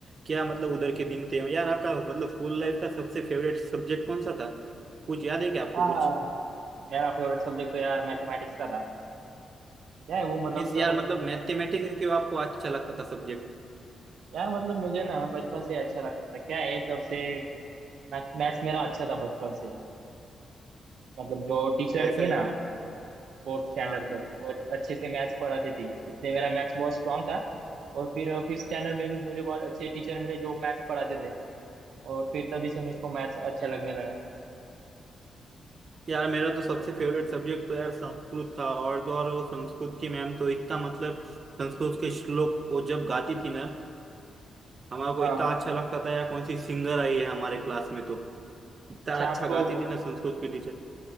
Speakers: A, on the right; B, on the right.
A: क्या मतलब उधर के दिन थे यार आपका मतलब स्कूल लाइफ का सबसे फेवरेट सब्जेक्ट कौन सा था कुछ याद है क्या आपको
B: हाँ
A: कुछ
B: मेरा फेवरेट सब्जेक्ट तो यार मैथमेटिक्स का था क्या है वो मतलब
A: मीन्स
B: सर
A: यार मतलब मैथमेटिक्स क्यों आपको अच्छा लगता था सब्जेक्ट
B: यार मतलब मुझे ना बचपन से अच्छा लगता था क्या है तब से मैथ मैथ्स मेरा अच्छा था बचपन से मतलब जो टीचर
A: ऐसा
B: थी
A: है
B: ना
A: क्या
B: फोर्थ स्टैंडर्ड
A: हाँ
B: तक वो अच्छे से मैथ्स पढ़ाती थी इसलिए मेरा मैथ्स बहुत स्ट्रांग था और फिर फिफ्थ स्टैंडर्ड में भी मुझे बहुत अच्छे टीचर मिले जो मैथ्स पढ़ाते थे और फिर तभी से मुझको मैथ्स अच्छा लगने लगा
A: यार मेरा तो सबसे
B: और-
A: फेवरेट सब्जेक्ट तो यार संस्कृत था और तो और वो संस्कृत की मैम तो इतना मतलब संस्कृत के श्लोक वो जब गाती थी ना हमारा को
B: हाँ
A: इतना
B: हाँ
A: अच्छा लगता था यार कौन सी सिंगर आई है हमारे क्लास में तो इतना
B: अच्छा
A: अच्छा
B: आपको
A: गाती थी ना संस्कृत की टीचर